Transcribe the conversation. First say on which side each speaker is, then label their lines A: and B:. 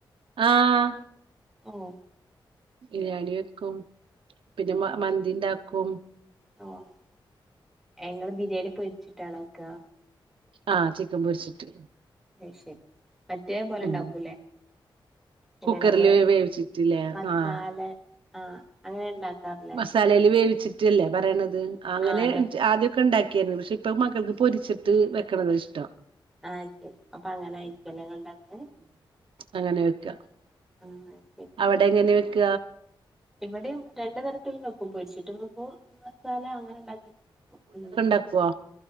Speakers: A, on the right (about 85°); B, in the centre.
A: ആഹ്
B: അഹ് ആഹ്
A: ബിരിയാണി വെക്കും പിന്നെ മ മന്തി ഉണ്ടാക്കും
B: ഓഹ് അങ്ങനെ. നിങ്ങള് ബിരിയാണി പൊഴിച്ചിട്ടാണോ വോക്കാ.?
A: ആഹ് ചിക്കൻ പൊരിച്ചിട്ട്.
B: അയ് ശരി. മറ്റേ പോലെ
A: ഉം
B: ഉണ്ടാക്കൂല്ലേ. എങ്ങനെ
A: കുക്കറില്
B: നമ്മള്
A: വേവിച്ചിട്ടില്ലേ
B: മസാല
A: ആഹ്
B: ആഹ് അങ്ങനെ ഉണ്ടാക്കാറില്ലേ.
A: തലേല് വേവിച്ചിട്ട്ല്ലേ പറേണത്. അങ്ങനെ
B: ആ അതെ
A: ച്ച് ആദ്യം ക്കെ ണ്ടാക്കിയായിരുന്നു. പക്ഷെ ഇപ്പൊ മക്കൾക്ക് പൊരിച്ചിട്ട് വെക്കണത ഇഷ്ടം.
B: ആഹ് ശരി. അപ്പൊ അങ്ങനെ ആയിരിക്കും അല്ലെ ഇൻങ്ങള് ഇണ്ടാക്കല്.
A: പ്പഅങ്ങനെ വെക്കാ
B: നന്നായി
A: അവിടെ എങ്ങനെ വെക്ക
B: ഇവിടേം രണ്ട് തരത്തിലും വെക്കും. പൊരിച്ചിട്ടും വെക്കും. മസാല അങ്ങനെ ണ്ടാക്കി ഉം.
A: അതെപ്പോ.